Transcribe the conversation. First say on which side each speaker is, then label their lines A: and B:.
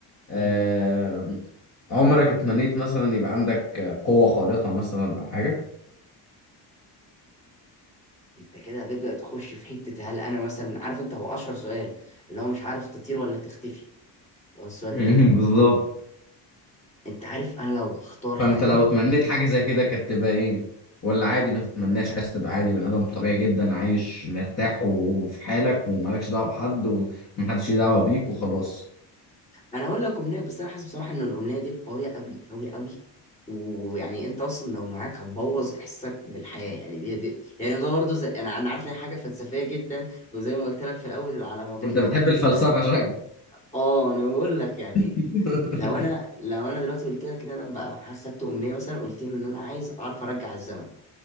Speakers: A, on the left; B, on the left.
A: آه،
B: مم.
A: عمرك اتمنيت مثلا يبقى عندك قوة خارقة مثلا أو حاجة
B: انت كده هتبدا تخش في حته هل انا مثلا عارف انت هو اشهر سؤال اللي هو مش عارف تطير ولا تختفي هو السؤال
A: <laughs>
B: ده
A: بالظبط
B: انت عارف انا لو هختار
A: فأنت
B: حاجه
A: لو اتمنيت حاجة زي كده كانت تبقى إيه ولا عادي ما تتمناش عايز تبقى عادي بني آدم طبيعي جدا عايش مرتاح وفي حالك ومالكش دعوة بحد ومحدش ليه دعوة بيك وخلاص
B: انا هقول لك امنيه بس انا حاسس بصراحه ان الامنيه دي قويه قوي قوي قوي ويعني انت اصلا لو معاك هتبوظ احساسك بالحياه يعني دي, دي يعني ده برضه زي يعني انا عارف ان هي حاجه فلسفيه جدا وزي ما قلت لك في الاول على موضوع
A: أنت
B: اللي
A: بتحب
B: هو ال-
A: الفلسفة شكلك
B: اه انا بقول لك يعني
A: <laughs>
B: لو انا لو انا دلوقتي قلت لك ان انا بقى اخدت امنيه مثلا قلت له ان انا عايز اعرف ارجع الزمن